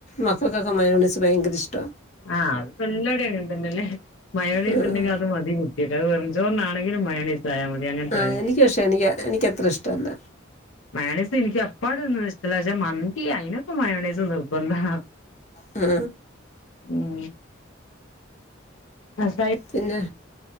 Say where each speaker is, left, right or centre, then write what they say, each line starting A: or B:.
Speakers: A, on the left (about 35°); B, on the left (about 90°).
A: മക്കൾക്കൊക്കെ മയോണൊസ് ഭയങ്കര ഇഷ്
B: ആഹ് അത് പല്ലായിടെ അങ്ങനെതന്നല്ലേ മയോണൈസ്
A: ആഹ്
B: ഇണ്ടെങ്കിൽ അത് മതി കുട്ട്യൾക്ക് അത് വെർ ഞ്ചോറെന്നെ ആണെങ്കിലും മയോണീസ് ആയാൽ മതി അങ്ങനത്തെ
A: ആഹ് എനിക്ക് പക്ഷേ എനിക്ക് എനിക്കത്ര ഇഷ്ടല്ല
B: മയോണീസ് എനിക്ക് അപ്പാടൊന്നും ഇഷ്ടല്ല മന്തി അയിനൊക്ക മയോണൈസ് നിർബന്ധാ
A: ആ
B: ഉം ഫ്രൈഡ്
A: പിന്നെ